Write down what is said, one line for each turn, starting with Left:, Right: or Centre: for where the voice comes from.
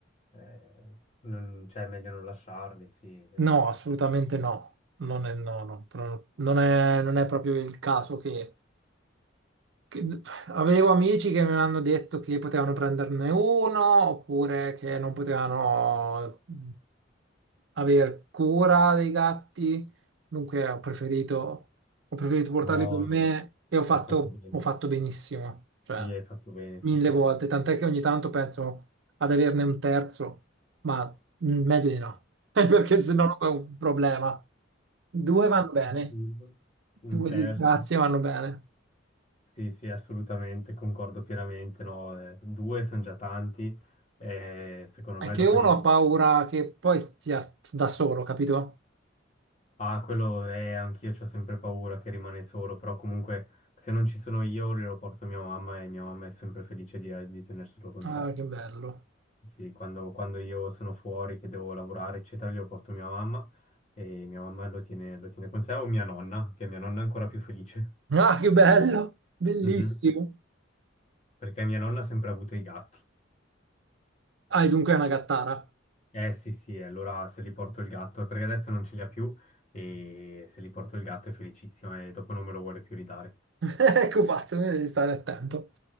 Left: eh, non, cioè, è meglio non lasciarli, sì. No,
Right: No, assolutamente no. Non è, no, no, pro- non è, non è proprio il caso che che- Avevo amici che mi hanno detto che potevano prenderne uno oppure che non potevano mh, avere cura dei gatti, dunque ho preferito, ho preferito portarli
Left: no,
Right: con me
Left: no,
Right: e ho fatto,
Left: hai fatto bene.
Right: ho fatto benissimo, cioè
Left: Sì, hai fatto bene, hai
Right: mille
Left: fatto
Right: volte,
Left: bene.
Right: tant'è che ogni tanto penso ad averne un terzo, ma mh, meglio di no, <laughs> perché se no è un problema. Due
Left: Mm.
Right: vanno bene,
Left: Un
Right: due
Left: terzo.
Right: disgrazie vanno bene.
Left: Sì, sì, assolutamente, concordo pienamente, no, eh, due sono già tanti, eh, secondo
Right: È
Left: me
Right: che
Left: dopo
Right: uno
Left: di...
Right: ha paura che poi sia da solo, capito?
Left: Ah, quello è, anch'io ho sempre paura che rimane solo, però comunque se non ci sono io glielo porto a mia mamma e mia mamma è sempre felice di, di tenerselo con
Right: Ah,
Left: sé.
Right: che bello.
Left: Sì, quando, quando io sono fuori, che devo lavorare, eccetera, glielo porto a mia mamma e mia mamma lo tiene, lo tiene con sé o mia nonna, che mia nonna è ancora più felice,
Right: Ah, che bello. Bellissimo.
Left: Mhm. Perché mia nonna ha sempre avuto i gatti.
Right: Ah, e dunque è una gattara.
Left: Eh sì sì, allora se li porto il gatto, perché adesso non ce li ha più e se li porto il gatto è felicissima e dopo non me lo vuole più ridare.
Right: <laughs> Ecco fatto, quindi devi stare attento.